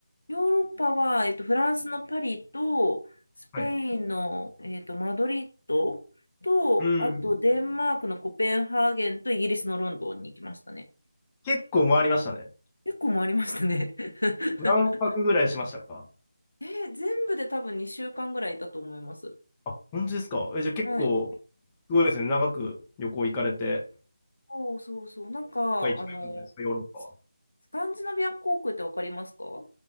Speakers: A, on the left; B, on the left.
A: ヨーロッパは、えっと、フランスのパリと、スペインの、
B: はい。
A: えっと、マドリッドと、
B: うん。
A: あとデンマークのコペンハーゲンとイギリスのロンドンに行きましたね。
B: 結構回りましたね。
A: 結構回りましたね。<laughs>
B: 何泊ぐらいしましたか
A: えー全部で多分2週間ぐらいいたと思います。
B: あ、本当ですかえ、じゃあ結構、
A: はい。
B: すごいですね。長く旅行行かれて、
A: そうそうそう。なんか、
B: ここが一番良かったですかヨーロッパは。
A: あの、ススカンジナビア航空ってわかりますか